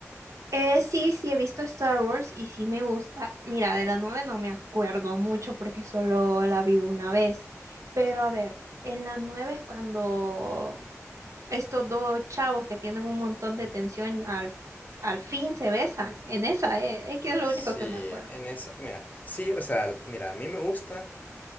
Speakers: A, on the right; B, on the left.
A: Eh, sí, sí, he visto Star Wars y sí me gusta. Mira, de la 9 no me acuerdo mucho porque solo la vi una vez. Pero a ver, en la 9 es cuando estos dos chavos que tienen un montón de tensión al, al fin se besan. En esa, eh, es que es lo
B: Sí,
A: único que me acuerdo.
B: en esa, mira, sí, o sea, mira, a mí me gusta